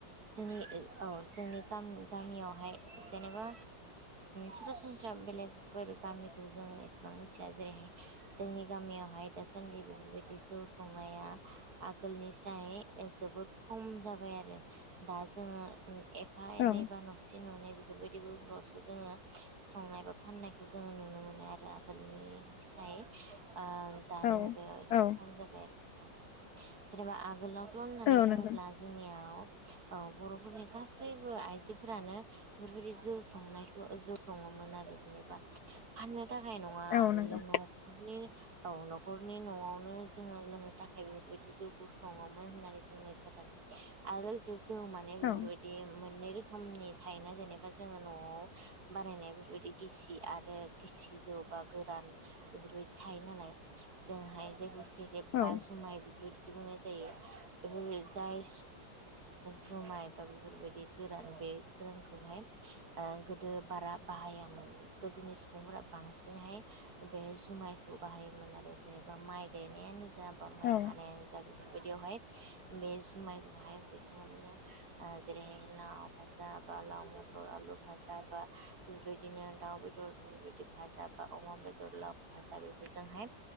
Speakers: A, on the right; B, on the left.
A: जोंनि औ जोंनि गाम गामियावहाय जेनेबा सरासनस्रा बेलेगफोर गामिखौ जों एसेबां मिथिया जेरैहाय जोंनि गामियाव हाय दासान्दि बेफोरबायदि जौ संनाया आ- गोलनि साय जोबोर खम जाबाय आरो दा जोङो एफा
B: औ
A: एनै बा नसे ननै बेफोरबायदि यावसो जोङो संनाय बा फाननायखौ जोङो नुनो मोनो आरो आगोलनि फाय ओ दानि
B: औ
A: मुगायाव एसे
B: औ
A: खम जाबाय आरो जेनेबा आगोलाव थ' होननानै
B: औ
A: बुङोब्ला
B: नंगौ।
A: जोंनियाव औ बर'फोरनि गासैबो आइजोफोरानो बेफोरबायदि जौ संनायखौ जौ सङो। मोन आरो जेनेबा फाननो थाखाय नङा
B: औ
A: आगोलो
B: नंगौ
A: न'खरनि औ न'खरनि न'आवनो जोङो लोंनो थाखाय बेफोरबायदि जौखौ सङोमोन होननानै बुंनाय जादों आरो जेसे जौ माने
B: औ
A: बेफोरबायदि मोननै रो- खोमनि थायना जेनेबा जोङो न'आव बानायनाय बेफोरबायदि गिसि आरो गिसि जौ बा गोरान बेफोरबायदि थायो नालाय जोंहाय जायखौ सेरेब
B: औ
A: बा जुमाय बेफोर बादि बुंनाय जायो बेफोर ओ जाय जुमाय बा बेफोरबायदि गोरान बे गोरानखौहाय गोदो बारा बाहायामोन गोदोनि सुबुंफोरा बांसिनहाय बे जुमायखौ बाहायोमोन आरो जेनेबा माइ गायनायानो जा बा माइ
B: औ
A: हानायानो जा बेफोरबायदियावहाय बे जुमायखौहाय बेनो ओ‌ जेरैहाय ला भाजा बा लाव मथर आलु फाजाब बा बेफोरबायदिनो दाउ बेदर बेफोरबायदि भाजा‌ बा अ- मा बेदर लाव भा बेफोरजोंहाय